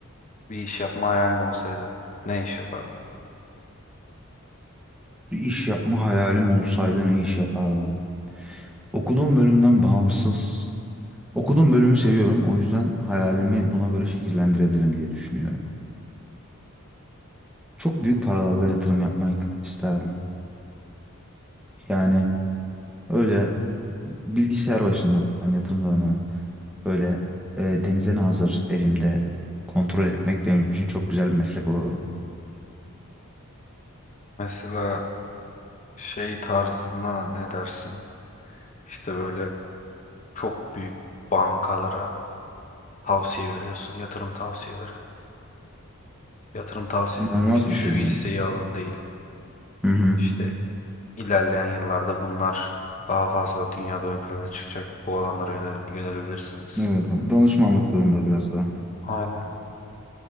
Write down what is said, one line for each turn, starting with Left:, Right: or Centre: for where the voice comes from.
Left: bir iş yapma hayalin olsaydı ne iş yapardın?
Centre: Bir iş yapma hayalim olsaydı ne iş yapardım? Okuduğum bölümden bağımsız, okuduğum bölümü seviyorum. O yüzden hayalimi buna göre şekillendirebilirim diye düşünüyorum. Çok büyük paralarla yatırım yapmayı isterdim. Yani öyle bilgisayar başından yatırımlarımı böyle e, denize nazır evimde kontrol etmek benim için çok güzel bir meslek olurdu.
Left: Mesela şey tarzından ne dersin? İşte böyle çok büyük bankalara tavsiye veriyorsun yatırım tavsiyeleri. yatırım tavsiyesi
Centre: İnanılmaz
Left: dedim işte
Centre: bir
Left: şu
Centre: şey canım.
Left: hisseyi alın değil.
Centre: Hı hı.
Left: İşte ilerleyen yıllarda bunlar daha fazla dünyada ön plana çıkacak. Bu alanlara yönel yönelebilirsiniz.
Centre: Evet abi. Danışmanlık tadında biraz daha.
Left: Aynen.